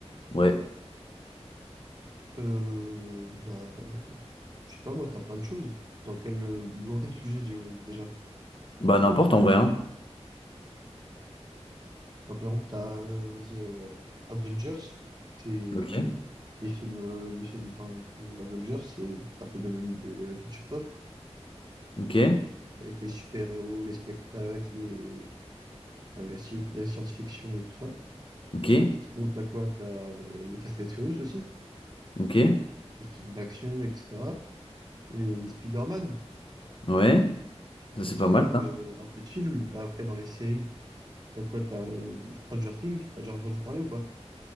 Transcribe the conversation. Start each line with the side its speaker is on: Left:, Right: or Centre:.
Left: Ouais.
Right: Euh, bah, je sais pas, moi, t'as plein de choses. Dans quel, euh, dans quel sujet, euh, déjà?
Left: Bah n'importe en vrai, hein.
Right: Bah, par exemple, t'as, euh, vas-y, euh, Avengers, c'est
Left: Ok,
Right: les films, euh, les films, par exemple, euh, Avengers, c'est un phénomène de la culture pop,
Left: ok,
Right: avec les super-héros, les spectacles, les, enfin, la, sci- la science-fiction et tout ça.
Left: ok,
Right: Sinon, t'as quoi? T'as euh, les Fast and Furious aussi,
Left: ok.
Right: les films d'action, etc. Les, les Spider-Man.
Left: Ouais, ça
Right: Là,
Left: c'est
Right: je te
Left: pas
Right: parlais
Left: mal
Right: un peu,
Left: ça.
Right: un peu de films. Bah, après, dans les séries, t'as quoi? T'as euh, Stranger Things, t'as déjà entendu parler ou pas?